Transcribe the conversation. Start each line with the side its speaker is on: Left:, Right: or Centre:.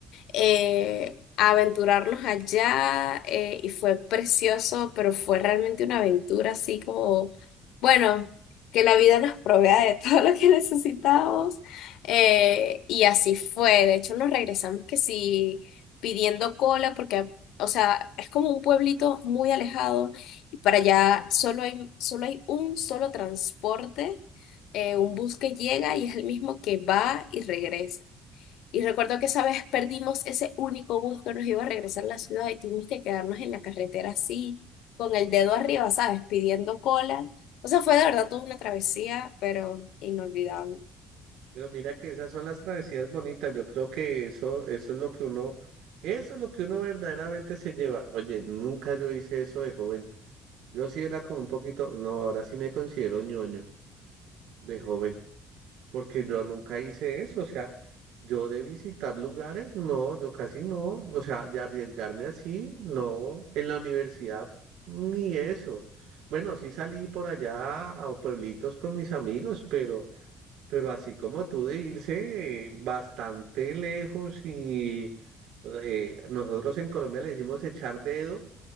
Left: eh, a aventurarnos allá eh, y fue precioso, pero fue realmente una aventura así como, bueno, que la vida nos provea de todo <laughs> lo que necesitábamos eh, y así fue. De hecho, nos regresamos que sí pidiendo cola porque... ah, O sea, es como un pueblito muy alejado y para allá solo hay, solo hay un solo transporte, eh, un bus que llega y es el mismo que va y regresa. Y recuerdo que esa vez perdimos ese único bus que nos iba a regresar a la ciudad y tuvimos que quedarnos en la carretera así, con el dedo arriba, ¿sabes? Pidiendo cola. O sea, fue de verdad toda una travesía, pero inolvidable.
Right: Pero mira que esas son las travesías bonitas. Yo creo que eso, eso es lo que uno, eso es lo que uno verdaderamente se lleva. Oye, nunca yo hice eso de joven. Yo sí era como un poquito, no, ahora sí me considero ñoño de joven, porque yo nunca hice eso. O sea, yo de visitar lugares, no, yo casi no. O sea, de arriesgarme así, no. En la universidad, ni eso. Bueno, sí salí por allá a pueblitos con mis amigos, pero pero así como tú de irse eh, bastante lejos y eh, nosotros en Colombia le decimos echar dedo,